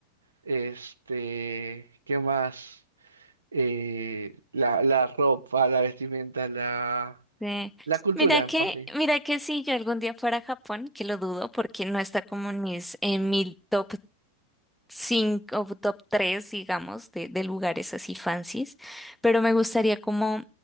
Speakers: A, on the right; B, in the centre.
A: Este, ¿qué más? Eh, la, la ropa, la vestimenta, la,
B: Sí.
A: la cultura,
B: Mira que,
A: por sí.
B: mira que si yo algún día fuera a Japón, que lo dudo porque no está como en mis en mi top 5 o top tres digamos, de, de lugares así fancies, pero me gustaría como